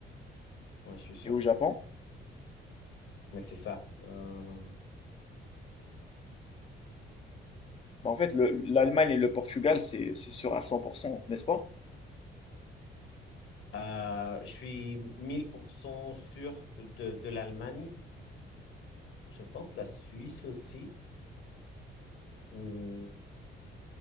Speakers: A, on the left; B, on the left.
A: Ouais, je suis sûr.
B: Et au Japon?
A: Mais c'est ça. Euh,
B: Bah, en fait, le- l'Allemagne et le Portugal, c'est c'est sûr à 100%, n'est-ce pas?
A: euh, je suis 1000% sûr de, de l'Allemagne. Je pense la Suisse aussi. Hum,